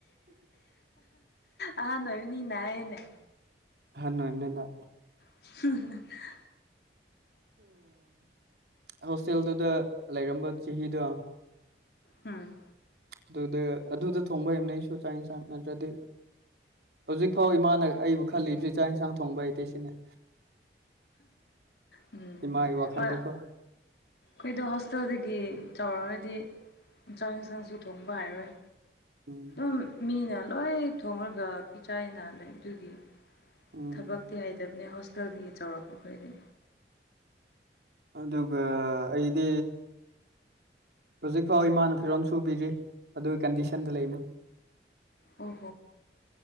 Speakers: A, on the left; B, on the right.
A: ꯑꯍꯟ ꯑꯣꯏꯕꯅꯤꯅ ꯍꯥꯏꯌ‌ꯣꯅꯦ
B: ꯑꯥꯍꯟ ꯑꯣꯏꯕꯅꯤꯅꯥ
A: <unintelligible>
B: ꯍꯣꯁꯇꯦꯜꯗꯨꯗ ꯂꯩꯔꯝꯕ ꯆꯍꯤꯗꯣ
A: ꯎꯝ
B: ꯑꯗꯨꯗ ꯑꯗꯨꯗ ꯊꯣꯡꯕ ꯍꯩꯕꯅ‌ꯦ ꯑꯩꯁꯨ ꯆꯥꯛ ꯏꯟꯁꯥꯡ ꯅꯠꯇ꯭ꯔꯗꯤ ꯍꯧꯖꯤꯛ ꯐꯥꯎ ꯏꯃꯥꯅ ꯑꯩꯕꯨ ꯈꯜꯂꯤꯕꯁꯤ ꯆꯥꯛ ꯏꯟꯁꯥꯡ ꯊꯣꯡꯕ ꯍꯩꯇ‌ꯦ ꯁꯤꯅꯦ
A: ꯎꯝ
B: ꯏꯃꯥꯒꯤ ꯋꯥꯈꯜꯗꯀꯣ
A: ꯍꯣꯏ ꯈꯣꯏꯗꯣ ꯍꯣꯁꯇꯦꯜꯗꯒꯤ ꯇꯧꯔꯗꯤ ꯆꯥꯛ ꯌꯦꯟꯁꯥꯡ ꯏꯟꯁꯥꯡꯁꯨ ꯊꯣꯡꯕ ꯍꯥꯏꯔꯣꯏ
B: ꯎꯝ
A: ꯎꯝ ꯃꯤꯅ ꯂꯣꯏ ꯊꯣꯡꯉꯒ ꯄꯤꯆꯥꯏꯅ ꯂꯩ ꯑꯗꯨꯒꯤ
B: ꯎꯝ
A: ꯊꯕꯛꯇꯤ ꯍꯩꯇꯕꯅꯦ ꯍꯣꯁꯇꯦꯜꯗꯒꯤ ꯆꯥꯎꯔꯛꯄꯈꯣꯏꯗꯤ
B: ꯑꯗꯨꯒ ꯑꯩꯗꯤ ꯍꯧꯖꯤꯛ ꯍ ꯏꯃꯥꯅ ꯐꯤꯔꯣꯟ ꯁꯨꯕꯤꯔꯤ ꯑꯗꯨꯒꯤ ꯀꯟꯗꯤꯁꯟꯗ ꯂꯩꯅꯤ
A: ꯑꯣ